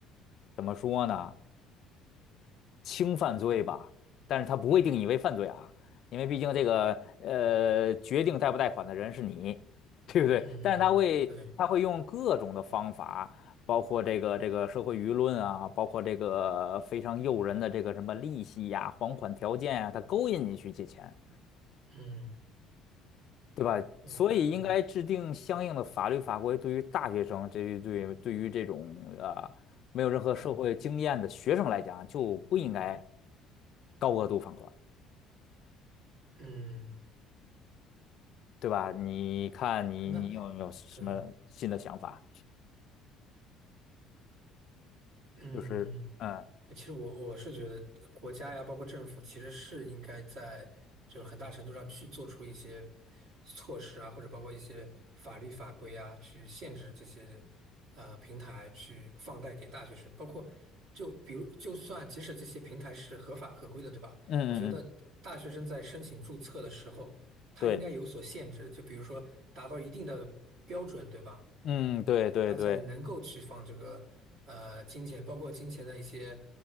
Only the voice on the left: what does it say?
怎么说呢？轻犯罪吧，
但是他不会定义为犯罪啊，因为毕竟这个呃决定贷不贷款的人是你，对不对？
但是他会他会用各种的方法，
包括这个这个社会舆论啊，包括这个非常诱人的这个什么利息呀、还款条件啊，他勾引你去借钱，
对吧？
所以应该制定相应的法律法规，
对于大学生，这于对对于这种呃没有任何社会经验的学生来讲，
就不应该高额度放款。
对吧？你看你你有没有什么新的想法？
就是嗯
嗯嗯嗯，
对，
嗯对对对